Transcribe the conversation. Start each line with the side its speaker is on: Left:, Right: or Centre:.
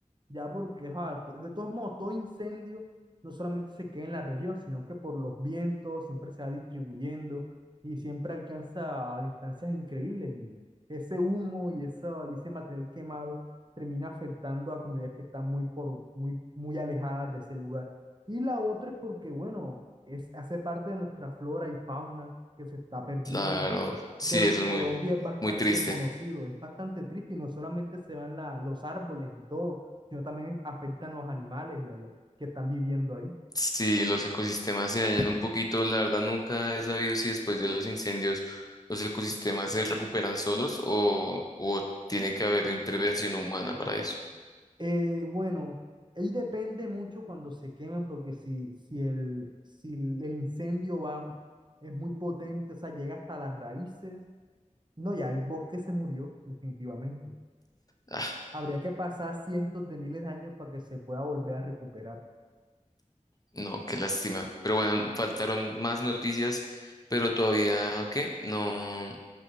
Right: ya porque, ajá, to- de todos modos, todo incendio no solamente se queda en la región, sino que por los vientos siempre se va distribuyendo y siempre alcanza a distancias increíbles y ese humo y, esa, y ese material quemado termina afectando a comunidades que están muy, por, muy, muy alejadas de ese lugar. Y la otra es porque, bueno, es, hace parte de nuestra flora y fauna que se está perdiendo
Left: Claro, sí,
Right: de lo
Left: eso
Right: que
Left: es
Right: Colombia
Left: muy,
Right: es bastante
Left: muy triste.
Right: conocido, es bastante triste y no solamente se van la- los árboles y todo, sino también afectan los animales y a los que están viviendo ahí.
Left: Si los ecosistemas se dañan un poquito, la verdad nunca he sabido si después de los incendios los ecosistemas se recuperan solos o, o tiene que haber intervención humana para eso.
Right: Eh, bueno, ahí depende mucho cuando se queman, porque si, si, el, si el el incendio va, es muy potente, o sea, llega hasta las raíces, no, ya el bosque se murió definitivamente.
Left: Ah,
Right: Habría que pasar cientos de miles de años para que se pueda volver a recuperar.
Left: no, qué lástima. Pero bueno, faltaron más noticias, pero todavía, ¿qué? No.